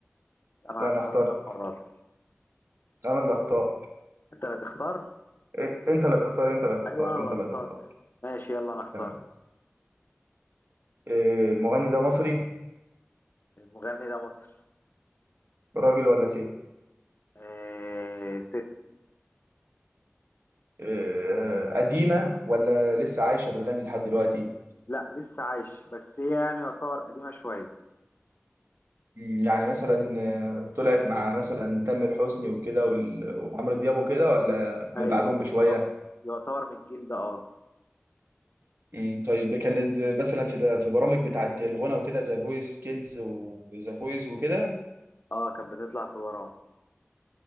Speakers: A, on the left; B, on the right.
A: أنا
B: لا
A: هختار
B: انا اخترت
A: أنا المرة دي
B: انا اللي اختار
A: أنت اللي تختار
B: إيه، انت اللي تختار انت اللي تختار
A: أيوه أنا اللي
B: انت اللي
A: هختار
B: تختار
A: ماشي يلا أنا اخترت
B: تمام إيه، المغني ده مصري
A: المغني ده مصري
B: راجل ولا ست
A: آه ست
B: إيه، قديمة ولا لسه عايشة بتغني لحد دلوقتي
A: لا لسه عايش بس هي يعني يعتبر قديمة شوية
B: مم، يعني مثلا آه، طلعت مع مثلا تامر حسني وكده وال- وعمرو دياب وكده ولا
A: أيوه
B: من بعدهم بشوية
A: يع- يعتبر من الجيل ده اه
B: مم، طيب كانت مثلا في في برامج بتاعت الغنى وكده ذا فويس كيدز وذا فويس وكده
A: اه كانت بتطلع في برامج